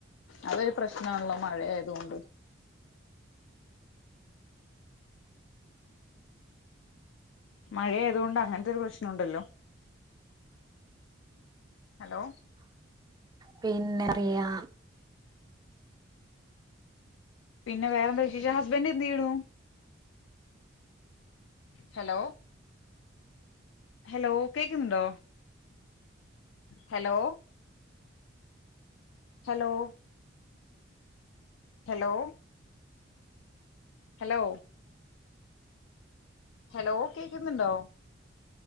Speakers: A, on the left; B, on the right.
A: അതൊരു പ്രശ്നമാണല്ലോ മഴ ആയതുകൊണ്ട്
B: <inaudible>
A: മഴഏതുകൊണ്ട് അങ്ങനത്തെ ഒരു പ്രശ്നുണ്ടല്ലോ
B: <inaudible>
A: ഹലോ
B: പിന്നെറിയാം
A: പിന്നെ വേറെന്താ ച ചച്ചാ ഹസ്ബൻഡ് എന്ത്തീയുണു ഹലോ ഹലോ കേക്കുന്നുണ്ടോ hello hello hello hello hello കേക്കുന്നുണ്ടോ